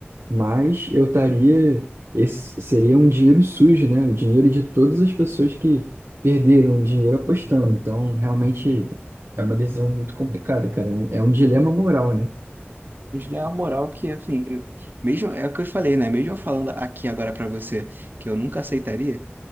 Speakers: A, on the right; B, on the right.
A: Mas eu estaria, esse seria um dinheiro sujo, né? O dinheiro de todas as pessoas que perderam dinheiro apostando. Então, realmente é uma decisão muito complicada, cara. É um é um dilema moral, né?
B: Eles é uma moral que, assim, eu- mesmo, é o que eu falei, né? Mesmo eu falando aqui agora pra você que eu nunca aceitaria,